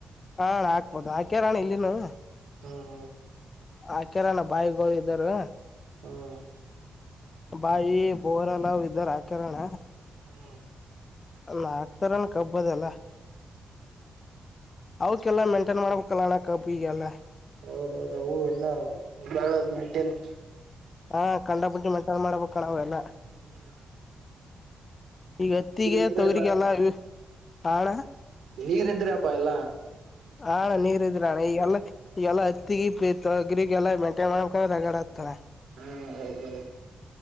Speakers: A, on the left (about 35°); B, on the right (about 75°).
A: ಹಾ ಹಾಕ್ಬೋದು ಹಾಕ್ಯಾರಣ ಇಲ್ಲಿನು.
B: ಹ್ಮ ಹ್ಮ.
A: ಹಾಕರಾನ ಬಾವಿಗಳು ಇದ್ದರ.
B: ಹ್ಮ್.
A: ಬಾಯವಿ ಬೋರ್ಲ್ಲ್ ಇದ್ದರ ಹಾಕರಣ್ಣ.
B: ಹ್ಮ್.
A: ಹಾಕ್ತರನ ಕಬ್ಬವೇಲ್ಲಾ. ಅವಕ್ಕೆಲ್ಲ ಮೇಂಟೈನ್ ಮಾಡ್ಬೇಕಲ್ಲಣ್ಣ ಕಬ್ ಈಗೆಲ್ಲ.
B: ಹೌದೌದ ಅವು ಎಲ್ಲ ಬಾಳದ ಮಂಟನ್.
A: ಹಾ ಕಂಡ ಬಿಟ್ಟಿ ಮೆಂಟೇನ್ ಮಾಡ್ಬೇಕಣಾವೆಲ್ಲ.
B: ಹ್ಮ್.
A: ಈಗ ಹತ್ತಿಗೆ
B: ಇದ್ರಲ್ಲ
A: ತೊಗರಿಗೆಲ್ಲ ಇ ಹಾ ಅಣ್ಣ.
B: ನೀರಿದ್ರೆ ಅಪ್ಪ ಎಲ್ಲಾ.
A: ಹಾ ನೀರದಿದ್ರಣ ಈಗಲ್ಲ. ಈಲ್ಲ ಹತ್ತಿಗೆ ತೊಗ್ರಿಗೆ ಎಲ್ಲಾ ಮೆಂಟೈನ್ ಮಾಡಕಗಡ ಹಗಾರತನ್ನ.
B: ಹ್ಮ ಹೌದೌದು.